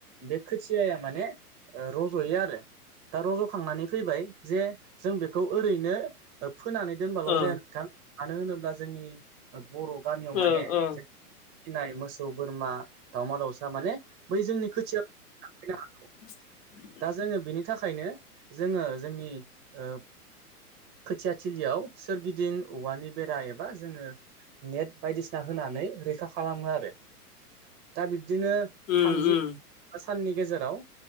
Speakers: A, on the right; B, on the left.
A: बे खोथियाया माने ओ रज'यो आरो। दा रज'खांनानै फैबाय जे जों बेखौ ओरैनो फोनानै दोनबाल'
B: ओ
A: जाया नोंथां मानो होनोब्ला जोंनि बर' गामियाव माने
B: ओ ओ
A: फिनाय मोसौ बोरमा दावमा दाउसा माने बै जोंनि खोथिया <inaudible> हागौ
B: <inaudible>
A: दा जोङो बिनि थाखायनो जोङो जोंनि ओ खोथिया थलियाव सोरगिदिं औवानि बेरा एबा जोङो नेट बायदिसिना होनानै रैखा खालामो आरो दा बिब्दिनो
B: उम
A: थामजि
B: उम
A: साननि गेजेराव